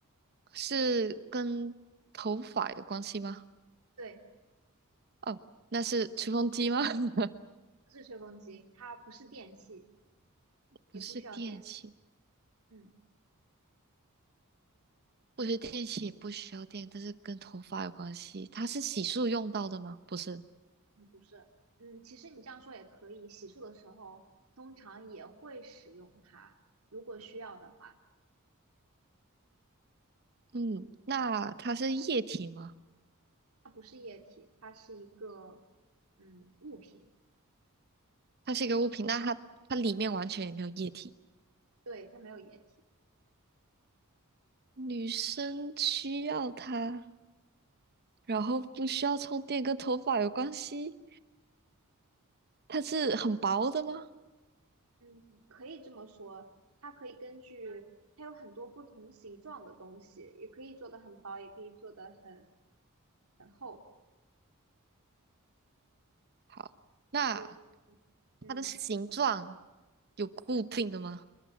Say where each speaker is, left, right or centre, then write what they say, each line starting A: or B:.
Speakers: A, on the right (about 50°); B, on the right (about 80°).
A: 是跟头发有关系吗？
B: 对。
A: 哦，那是吹风机吗？<laughs>
B: 是吹风机，它不是电器，
A: 不是电器，
B: 也不需要电。嗯
A: 我觉得电器也不需要电，但是跟头发有关系。它是洗漱用到的吗？不是。
B: 嗯，不是，嗯，其实你这样说也可以，洗漱的时候通常也会使用它，如果需要的话。
A: 嗯，那它是液体吗？
B: 它不是液体，它是一个嗯物品，
A: 它是一个物品，那它它里面完全也没有液体。
B: 对，它没有液体。
A: 女生需要它，然后不需要充电，跟头发有关系。它是很薄的吗？
B: 嗯，可以这么说，它可以根据它有很多不同形状的东西，也可以做的很薄，也可以做的很很厚。
A: 好，那
B: 就嗯。
A: 它的形状有固定的吗？